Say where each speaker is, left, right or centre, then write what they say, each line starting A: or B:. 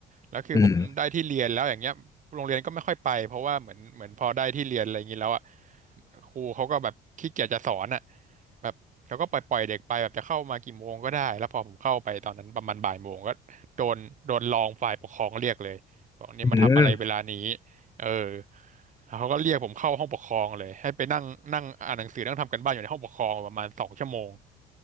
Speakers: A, on the right (about 50°); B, on the left (about 20°).
A: แล้วคือผมได้ที่เรียนแล้วอย่างเงี้ยโรงเรียนก็ไม่ค่อยไปเพราะว่าเหมือนเหมือนพอได้ที่เรียนอะไรอย่างงี้แล้วอ่ะ
B: อืม
A: ครูเขาก็แบบขี้เกียจจะสอนอ่ะแบบเขาก็ปล่อยปล่อยเด็กไปแบบจะเข้ามากี่โมงก็ได้แล้วพอผมเข้าไปตอนนั้นประมาณบ่ายโมงก็โดนโดนรองฝ่ายปกครองเรียกเลย บอกเนี่ยมาทำอะไรเวลานี้
B: อืม
A: เออแล้วเขาก็เรียกผมเข้าห้องปกครองเลยให้ไปนั่งนั่งอ่านหนังสือนั่งทำกันบ้านอยู่ในห้องปกครองประมาณสองชั่วโมง